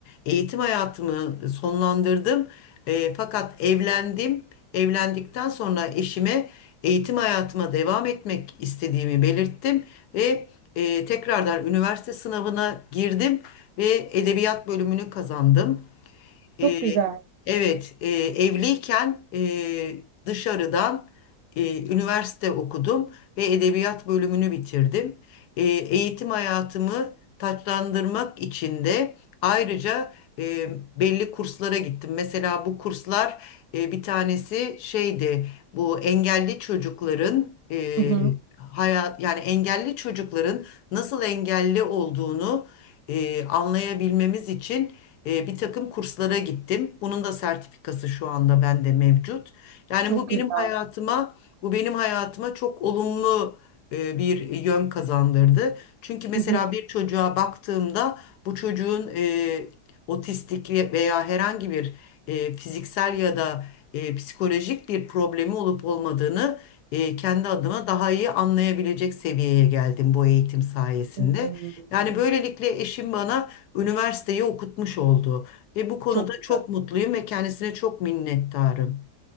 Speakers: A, on the left (about 75°); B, on the right (about 70°).
A: eğitim hayatımı sonlandırdım. E, fakat evlendim. Evlendikten sonra eşime eğitim hayatıma devam etmek istediğimi belirttim ve e, tekrardan üniversite sınavına girdim ve edebiyat bölümünü kazandım. Ee,
B: Çok güzel.
A: evet, e, evliyken e, dışarıdan e, üniversite okudum ve edebiyat bölümünü bitirdim. E, eğitim hayatımı taçlandırmak için de ayrıca e, belli kurslara gittim. Mesela bu kurslar e, bir tanesi şeydi, bu engelli çocukların e,
B: Hı hı.
A: hayat yani engelli çocukların nasıl engelli olduğunu e, anlayabilmemiz için e, bir takım kurslara gittim. Bunun da sertifikası şu anda bende mevcut. Yani
B: Çok
A: bu
B: güzel.
A: benim hayatıma, bu benim hayatıma çok olumlu e, bir yön kazandırdı. Çünkü mesela
B: Hı hı.
A: bir çocuğa baktığımda bu çocuğun e, otistik ve- veya herhangi bir e, fiziksel ya da e, psikolojik bir problemi olup olmadığını e, kendi adıma daha iyi anlayabilecek seviyeye geldim bu eğitim sayesinde.
B: Hmm,
A: Yani böylelikle eşim bana üniversiteyi okutmuş oldu ve bu konuda
B: Çok güzel.
A: çok mutluyum ve kendisine çok minnettarım.